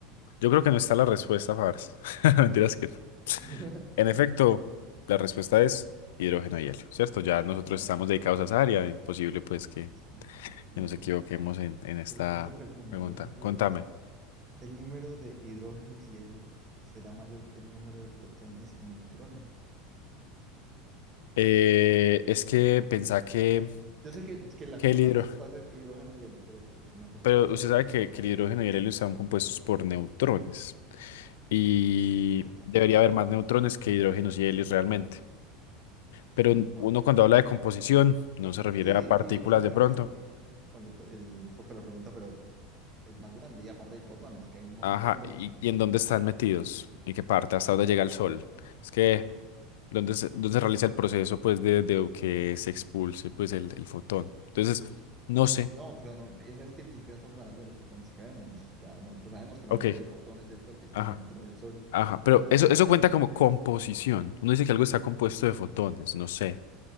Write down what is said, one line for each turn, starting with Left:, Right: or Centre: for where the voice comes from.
Left: Yo creo que no está la respuesta, Fabres. <laughs> Mentiras que no.
Right: <laughs>
Left: En efecto, la respuesta es hidrógeno y helio, ¿cierto? Ya nosotros
Right: El
Left: estamos
Right: número,
Left: dedicados a esa área, imposible pues que,
Right: sí, sí, En
Left: que nos
Right: efecto.
Left: equivoquemos en, en esta
Right: Pero yo te pregunto,
Left: pregunta.
Right: yo te pregunto,
Left: Contame.
Right: ¿el número de hidrógenos y helios será mayor que el número de fotones y neutrones?
Left: eh, es que pensá que,
Right: Yo sé que, que la,
Left: que
Right: como
Left: el
Right: la
Left: hidrógeno,
Right: respuesta va a ser hidrógeno y helio, pero pues es una pregunta
Left: pero
Right: más
Left: usted
Right: allá.
Left: sabe que, que el hidrógeno y el helio están compuestos por neutrones y
Right: Epa,
Left: debería haber más neutrones que hidrógenos y helios realmente. Pero un-
Right: epa.
Left: uno cuando habla de composición no se refiere
Right: Sí, sí,
Left: a partículas
Right: sí, entiendo
Left: de
Right: que
Left: pronto.
Right: la pre- el, el- el concepto, el foco de la pregunta, pero es más grande. Y aparte hay fotones, que hay un montón
Left: Ajá,
Right: de
Left: ¿y,
Right: fotones.
Left: y en dónde están metidos? ¿En qué parte? ¿Hasta dónde llega el sol? Es que, ¿dónde se, dónde se realiza el proceso pues de, de que se expulse pues el, el fotón? Entonces, no sé.
Right: No, pero no, esa es que ni siquiera estamos hablando de los fotones que vemos. Ya nosotros sabemos que
Left: Ok,
Right: la mayoría de fotones del Sol están
Left: ajá,
Right: dentro del Sol,
Left: ajá. Pero
Right: entonces
Left: eso, eso
Right: ah,
Left: cuenta como composición. Uno dice que algo está compuesto de fotones, no sé.